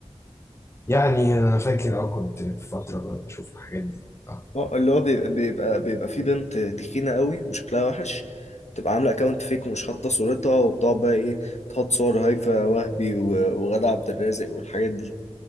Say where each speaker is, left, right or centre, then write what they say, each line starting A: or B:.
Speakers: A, on the left; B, on the left.
A: يعني انا فاكر اه كنت في فترة بقى بشوف الحاجات دي اه
B: هو- اللي هو بي- بيبقى بيبقى في بنت تخينة قوي وشكلها وحش بتبقى عاملة اكونت فيك ومش حاطة صورتها وبتقعد بقى ايه تحط صور هيفاء وهبي و- وغادة عبد الرازق والحاجات دي